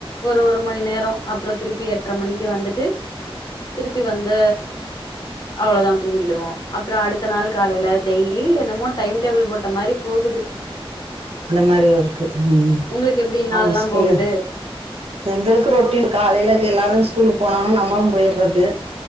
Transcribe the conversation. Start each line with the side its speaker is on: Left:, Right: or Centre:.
Left: ஒரு ஒரு மணி நேரோ அப்றோ திருப்பி எட்ர மணிக்கி வந்துட்டு திருப்பி வந்த அவ்ளோதா தூங்கிடுவோ அப்றோ அடுத்த நாள் காலையில டெய்லி என்னமோ டைம் டேபிள் போட்ட மாரி போகுது
Right: அந்த மாரி ஒர்க்கு ம்
Left: உங்களுக்கு எப்டி நாள்லா
Right: ஆமா ஸ்கூல்லு
Left: போகுது
Right: எங்களுக்கு ரொட்டீன் காலையில எல்லாரு ஸ்கூலுக்கு போனோன்ன நம்மளு போயிட்றது